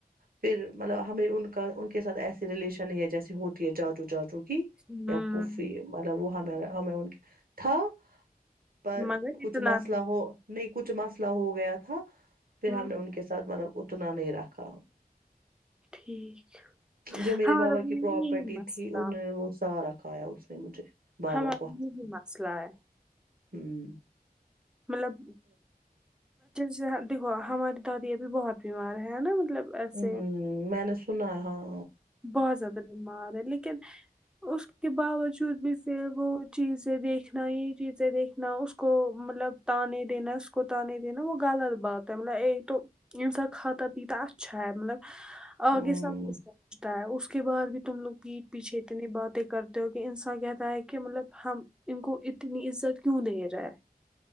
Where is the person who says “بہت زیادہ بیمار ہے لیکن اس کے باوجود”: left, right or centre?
Centre